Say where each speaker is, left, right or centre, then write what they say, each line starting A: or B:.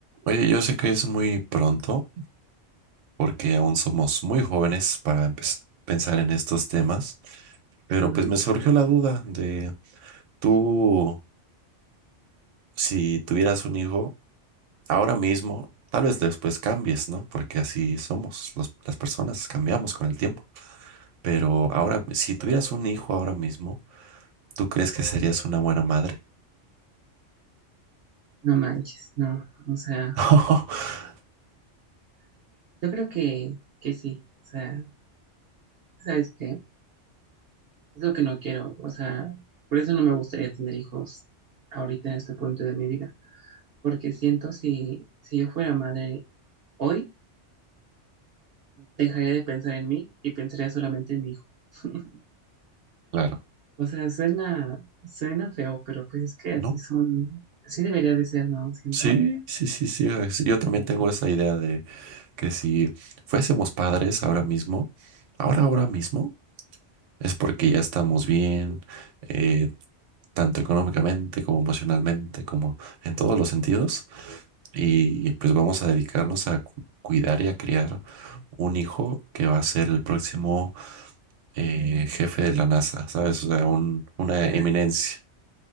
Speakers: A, on the right; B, on the right.
A: Oye, yo sé que es muy pronto porque aún somos muy jóvenes para empe- pensar en estos temas, pero
B: No,
A: pues me surgió la duda de tú, si tuvieras un hijo ahora mismo, tal vez después cambies, ¿no? Porque así somos los- las personas, cambiamos con el tiempo. Pero ahora, si tuvieras un hijo ahora mismo, ¿tú crees que serías una buena madre?
B: no manches, no. O sea,
A: <laughs>
B: yo creo que, que sí. O sea, ¿sabes qué? Es lo que no quiero. O sea, por eso no me gustaría tener hijos ahorita en este punto de mi vida. Porque siento si, si yo fuera madre hoy, dejaría de pensar en mí y pensaría solamente en mi hijo. <laughs>
A: Claro,
B: O sea, suena, suena feo, pero pues es que
A: ¿no?
B: así son, así debería de ser, ¿no? Siento.
A: Sí, sí, sí, sí. es- Yo también
B: Y
A: tengo esa idea de que si fuésemos padres ahora mismo, ahora, ahora mismo, es porque ya estamos bien, eh, tanto económicamente como emocionalmente, como en todos los sentidos, y pues vamos a dedicarnos a cu- cuidar y a criar un hijo que va a ser el próximo eh, jefe de la NASA, ¿sabes? O sea, un- una
B: <laughs>
A: eminencia.